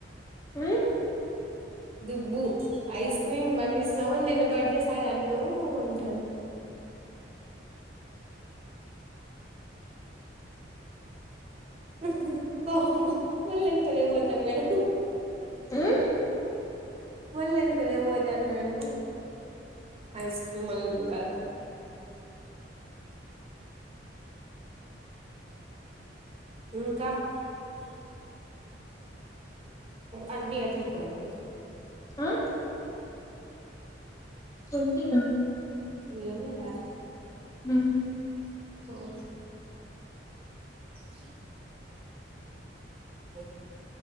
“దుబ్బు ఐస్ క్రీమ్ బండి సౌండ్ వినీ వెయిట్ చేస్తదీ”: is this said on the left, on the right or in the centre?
Right